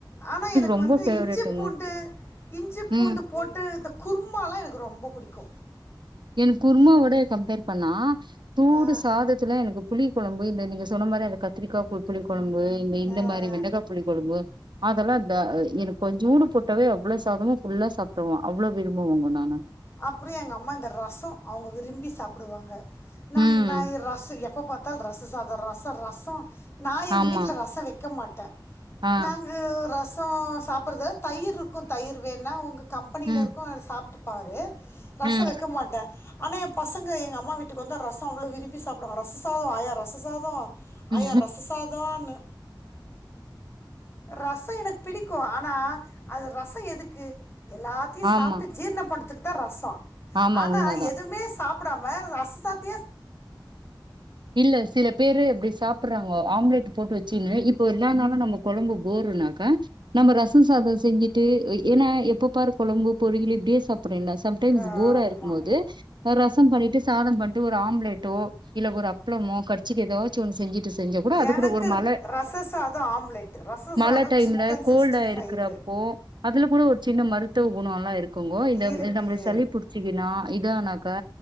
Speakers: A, on the left; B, on the right.
A: ஆனா எனக்கு
B: ரொம்ப
A: வந்து
B: ஃபேவரெட்டுங்க
A: இஞ்சி பூண்டு இஞ்சி
B: ம்
A: பூண்டு போட்டு இந்த குருமாலா எனக்கு ரொம்ப பிடிக்கு
B: என் குர்மாவிட இது கம்பேர் பண்ணா தூடு
A: ஆ
B: சாதத்துல எனக்கு புளி கொழம்பு இந்த நீங்க சொன்ன மாரி அது கத்திரிக்கா பு புளி கொழம் பு இந்த இந்த
A: ஆ
B: மாரி வெண்டக்கா புளி கொழம்பு அதெல்லா தா எனக்கு கொஞ்சூன்டு போட்டவே அவ்வள சாதமு ஃபுல்லா சாப்பிடுவ அவ்வளோ விரும்புவொங்க நானு
A: அப்புறொ எங்க அம்மா இந்த ரசொ அவங்க விரும்பி சாப்டுவாங்க நம்
B: ம்
A: நா இ ரச எப்ப பாத்தால் ரச சா ர் ரச ரச நா எங்க
B: ஆமா
A: வீட்ல ரச வைக்க மாட்
B: ஆ
A: நாங்கு ரச் த சாப்பிட்றது தயிர் இருக்கு தயிர் வேனா அவங்க கம்பெனியில
B: ம்
A: இருக்கு அவர் சாப்ட்டுப்பாரு ரச
B: ம்
A: வைக்க மாட்டே ஆனா எ பச் சங்க எங்க அம்மா வீட்டுக்கு வந்தா ரச அவ்ளோ விரும்பி சாப்பிடுவா ரச சாதொ ஆயா ரச சாதொ
B: ம்
A: ஆயா ரச சாதொனு ரச எனக்கு பிடிக்கூ ஆனா அது ரச எதுக்கு எல்லாத்தையு
B: ஆமா
A: சாப்ட்டு ஜீரண பண் றதுக்கு தா ரச
B: ஆமா
A: ஆனா
B: உண்மதான்
A: எதுவுமே சாப் ப்புடாம ரச சாத்
B: இல்ல சில பேரு அப்டி சாப்புடுறாங்க ஆம்லெட் போட்டு வச்சினு இப்போ எல்லா நாளு நம்ம கொழம்பு போறுன்னாக்கா நம்ம ரசொ சாதொ செஞ்சுட்டு வ என்னா எப்ப பாரு கொழம்பு பொறியளு இப்டியே சாப் டேனா சம்டைம்ஸ்
A: ஆமாம்
B: போரா இருக்கும் போது ஒரு ரசம் பண்ணிட்டு சாதம் பண்ணிட்டு ஒரு ஆம்லெட் இல்ல ஒரு அப்புளமோ கச்சிக்கு ஏதாச்ச ஓ செஞ்சுட் செஞ்ச கூட அது
A: எனக்கு
B: கூட ஒரு மழ
A: ரச சாதம் ஆம்லெட் ரச
B: மழ
A: சாதம்
B: டைம்ல
A: சிக்கன்
B: கோல்டா
A: சிக்ஸ்டி ஃபைவ்
B: இருக்கிறப்போ அதுல கூட ஒரு சின்ன மருத்துவ குணம் எல்லாம் இருக்குங்க இந்த
A: இருக்கு
B: நம்ம சளி புடிச்சிக்கன்னா இதனாக்கா